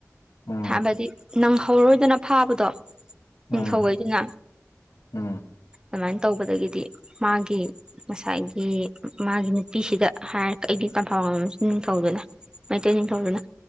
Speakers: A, on the left (about 75°); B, on the right (about 15°).
A: ꯎꯝ
B: ꯍꯥꯏꯕꯗꯤ ꯅꯪꯍꯧꯔꯣꯏꯗꯅ ꯐꯥꯕꯗꯣ ꯅꯤꯡꯊꯧꯒꯩꯗꯨꯅ
A: ꯎꯝ ꯎꯝ
B: ꯑꯗꯨꯃꯥꯏꯅ ꯇꯧꯕꯗꯒꯤꯗꯤ ꯃꯥꯒꯤ ꯃꯁꯥꯏꯒꯤ ꯃꯥꯒꯤ ꯅꯨꯄꯤꯁꯤꯗ ꯍꯥꯏꯔ ꯑꯩꯗꯤ <unintelligible> ꯅꯤꯡꯊꯧꯗꯨꯅ ꯃꯩꯇꯩ ꯅꯤꯡꯊꯧꯗꯨꯅ